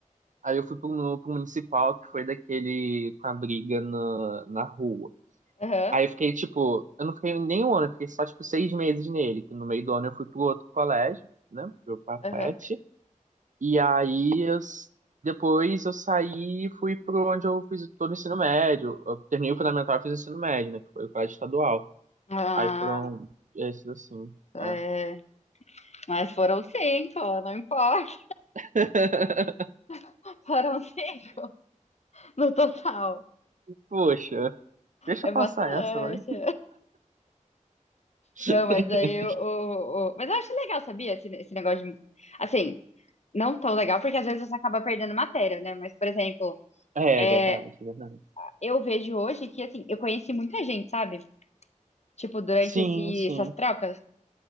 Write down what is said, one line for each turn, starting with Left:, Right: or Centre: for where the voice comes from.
Right: Aí eu fui pro, mu- pro municipal, que foi daquele com a briga na, na rua.
Left: Aham,
Right: Aí eu fiquei, tipo, eu não fiquei nem um ano, eu fiquei só, tipo, seis meses nele, que no meio do ano eu fui pro outro colégio, né, pro Papete,
Left: aham.
Right: e aí eu s- depois eu saí e fui pro onde eu fiz todo o ensino médio, eu terminei o fundamental e fiz o ensino médio, né, que foi o colégio estadual.
Left: Ah,
Right: Aí foram esses assim,
Left: é.
Right: é.
Left: Mas foram cinco, não importa.
Right: <laughs>
Left: <laughs> Foram cinco no total.
Right: Poxa, deixa
Left: É
Right: eu
Left: bastante.
Right: passar essa, vai. <laughs>
Left: Não, mas aí o. o- o- Mas eu acho legal, sabia? Esse, esse negócio de. Assim. não tão legal, porque às vezes você acaba perdendo matéria, né? Mas, por exemplo,
Right: É,
Left: é,
Right: verdade, verdade.
Left: eu vejo hoje que, assim, eu conheci muita gente, sabe? Tipo, durante
Right: Sim,
Left: esse-
Right: sim.
Left: essas trocas.